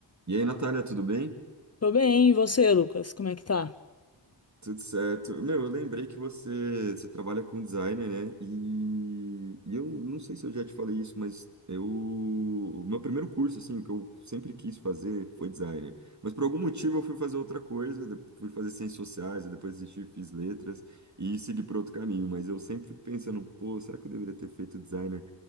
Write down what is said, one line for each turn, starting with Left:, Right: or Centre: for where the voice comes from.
Right: E aí, Natália, tudo bem?
Left: Tô bem, e você, Lucas? Como é que tá?
Right: Tudo certo. Meu, eu lembrei que você, você trabalha com designer, né? E, e eu não sei se eu já te falei isso, mas eu, o meu primeiro curso, assim, que eu sempre quis fazer foi designer. Mas por algum motivo eu fui fazer outra coisa, de- fui fazer ciências sociais, aí depois desisti, fiz letras e segui por outro caminho. Mas eu sempre fico pensando, pô, será que eu deveria ter feito designer?